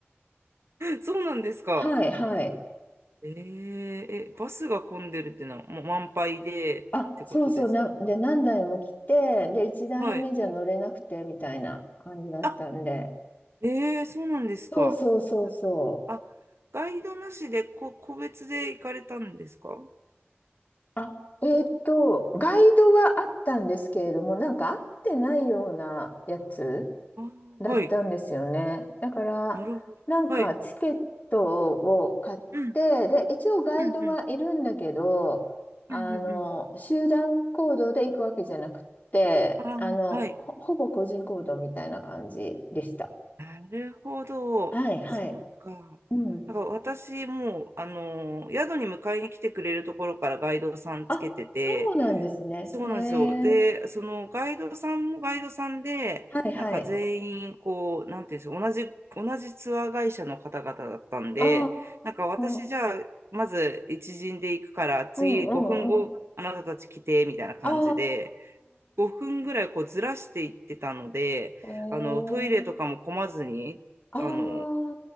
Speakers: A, on the right; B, on the left.
A: <laughs> そうなんですか。
B: はいはい。
A: えええ、バスが混んでるってのはもう満杯でってことですか
B: あ、そうそう、なん、で、何台も来て、で、1台目じゃ乗れなくてみたいな感じだったんで、
A: はい。あ、ええそうなんですか。
B: そうそうそうそう。
A: あ、ガイドなしでこ、個別で行かれたんですか
B: あ、えーっと、ガイドはあったんですけれども、なんか合ってないようなやつ
A: あー、
B: だったんですよね。
A: はい。
B: だから、
A: なるほど。
B: なんかチケットを買って、
A: はい。うん、
B: で、一応ガイドはいるんだけど、
A: うん、うん、
B: あの、
A: うん、うん。うん
B: 集団行動で行くわけじゃなくって、
A: あー、
B: あの、
A: はい。
B: ほ、ほぼ個人行動みたいな感じでした。
A: なるほど。
B: はい、はい。
A: そうか。
B: うん。
A: なんか私もう、あのー宿に迎えに来てくれるところからガイドさんつけてて、
B: あ、そうなんですね。
A: そうなんですよ。
B: へえ。
A: で、そのガイドさんもガイドさんで、
B: はい、はい。
A: なんか全員、こう、なんていうんですか、同じ、同じツアー会社の方々だったんで、
B: あ
A: なんか私じゃあ、
B: あ、ああ
A: まず一陣で行くから、次5分後、
B: うん、うん、うん。
A: あなたたち来て、みたいな感じで、
B: あ
A: 5分ぐらいこうずらしていってたので、
B: あ、へえ。
A: あの、トイレとかも混まずに、
B: あ
A: あの、